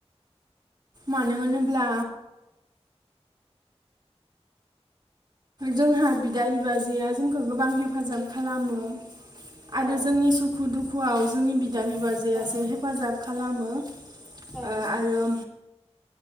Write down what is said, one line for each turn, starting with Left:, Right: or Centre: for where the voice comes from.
Right: मानो होनोब्ला जोंहा बिदा बिबाजैआ जोंखौ गोबां हेफाजाब खालामो
Centre: ओं
Right: आरो जोंनि सुखु दुखु खुवाव जोंनि बि या बिबाजैयासो
Centre: औ
Right: हेफाजाब खालामो ओ
Centre: औ
Right: आरो